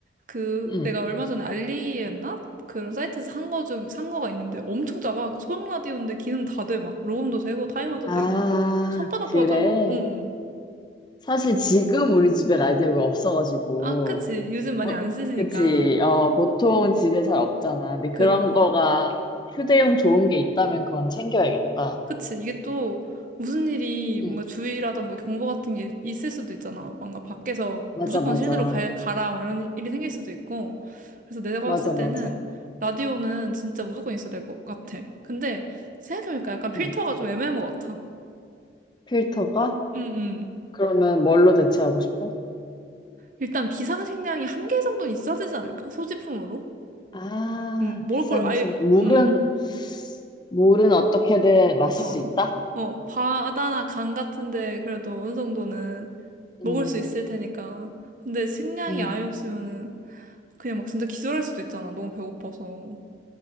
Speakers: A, on the right; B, on the left.
A: 그
B: 응.
A: 내가 얼마 전에 알리기였나? 그런 사이트에서 산 거 중, 산 거가 있는데 엄청 작아. 그 소형 라디오인데 기능 다 돼, 막. 로음도 되고, 타이머도
B: 아,
A: 되고. 손바닥보다
B: 그래.
A: 작아. 어.
B: 사실 지금 우리 집에 라디오가 없어가지고.
A: 아, 그치. 요즘 많이
B: 뭐,
A: 안 쓰시니까.
B: 그치. 어, 보통 집에 잘 없잖아. 근데 그런
A: 그럼.
B: 거가 휴대용 좋은 게 있다면 그건 챙겨야겠다.
A: 그치. 이게 또 무슨 일이 뭔가
B: 응.
A: 주의라던가 경보 같은 게 있을 수도 있잖아. 뭔가 밖에서
B: 맞아,
A: 무조건
B: 맞아.
A: 실내로 가, 가라. 막 이런 일이 생길 수도 있고. 그래서 내가 봤을
B: 맞아, 맞아.
A: 때는 라디오는 진짜 무조건 있어야 될 것 같아. 근데 생각해보니까 약간 필터가
B: 응.
A: 좀 애매한 것 같아.
B: 필터가?
A: 응, 응.
B: 그러면 뭘로 대체하고 싶어?
A: 일단 비상식량이 한 개 정도는 있어야 되지 않을까? 소지품으로?
B: 아,
A: 음, 먹을
B: 비상식
A: 걸 아예,
B: 물은,
A: 음.
B: 물은 어떻게든 마실
A: 어,
B: 수 있다?
A: 어, 어, 바다나 강 같은데 그래도 어느 정도는 먹을
B: 음,
A: 수 있을 테니까. 근데 식량이
B: 음.
A: 아예 없으면은 그냥 막 진짜 기절할 수도 있잖아. 너무 배고파서.